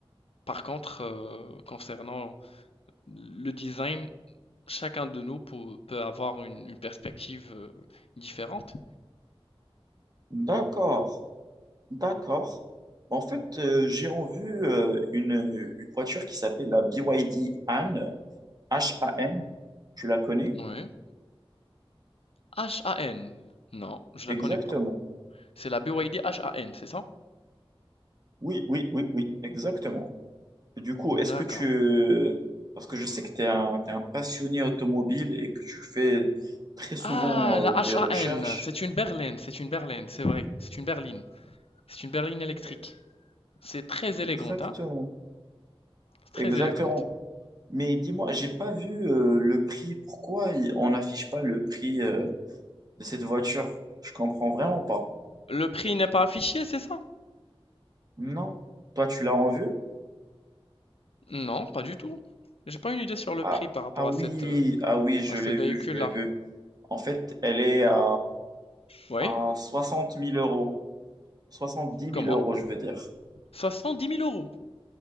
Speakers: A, on the left (about 75°); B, on the right (about 40°).
A: Par contre, euh, concernant le design, chacun de nous peut, peut avoir une, une perspective euh, différente.
B: D'accord, d'accord. En fait, euh, j'ai en vue euh, une, une voiture qui s'appelle la BYD Han, H-A-N. H A N. Tu la connais?
A: Oui. H A N. Non, je
B: Exactement.
A: la connais pas. C'est la BYD N, c'est ça?
B: Oui, oui, oui, oui, exactement. Du coup,
A: D'accord.
B: est-ce que tu... Parce que je sais que tu es un, t'es un passionné automobile et que tu fais très souvent
A: Ah, la
B: euh,
A: HAN,
B: des recherches.
A: c'est une berline, c'est une berline, c'est vrai, c'est une berline, c'est une berline électrique.
B: Eh,
A: C'est très élégante,
B: Exactement,
A: hein, c'est très
B: exactement.
A: élégante.
B: Mais dis-moi, j'ai pas vu euh, le prix. Pourquoi il- on n'affiche pas le prix euh, de cette voiture? Je comprends vraiment pas.
A: Le prix n'est pas affiché, c'est ça?
B: Non. Toi, tu l'as en vue?
A: Non, pas du tout. J'ai pas une idée sur le
B: Ah,
A: prix par rapport
B: ah
A: à
B: oui,
A: cette, euh,
B: ah oui, je
A: à ce
B: l'ai
A: véhicule-là.
B: vue, je l'ai vue. En fait, elle est à,
A: Oui,
B: à soixante mille euros. soixante dix mille
A: comment?
B: euros, je veux dire.
A: 70 000 euros.